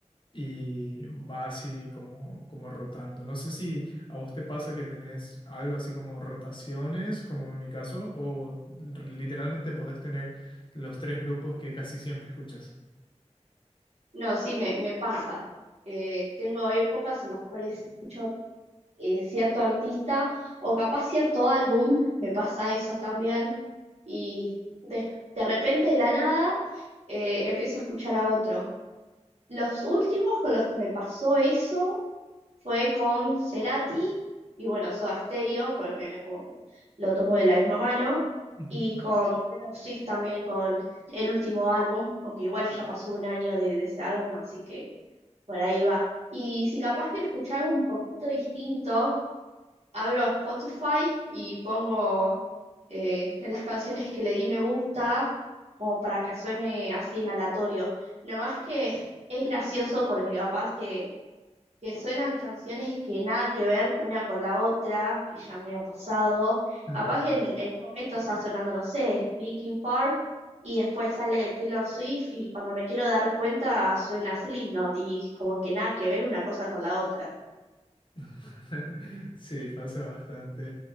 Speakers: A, on the left; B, on the right.
A: y va así como, como rotando. No sé si a vos te pasa que tenés algo así como rotaciones, como en mi caso, o r- literalmente podés tener los tres grupos que casi siempre escuchas.
B: No, sí, me, me pasa. Eh, tengo épocas en las cuales escucho eh, cierto artista o capaz cierto álbum, me pasa eso también, y de, de repente de la nada eh, empiezo a escuchar a otro. Los últimos con los que me pasó eso fue con Cerati y bueno, Soda Stereo, porque me, como que lo tomo de la misma mano,
A: Ujú.
B: y con Taylor Swift también con el último álbum, aunque igual ya pasó un año de, de ese álbum, así que por ahí va. Y si capaz quiero escuchar algo un poquito distinto, abro Spotify y pongo eh, las canciones que le di me gusta, como para que suene así en aleatorio. Nada más que es gracioso porque capaz que que suenan canciones que nada que ver una con la otra, que ya me ha pasado.
A: <laughs>
B: Capaz que en, en un momento está sonando, no sé, Linkin Park y después sale Taylor Swift y cuando me quiero dar cuenta suena Slipknot y como que nada que ver una cosa con la otra.
A: <laughs> Sí, pasa bastante.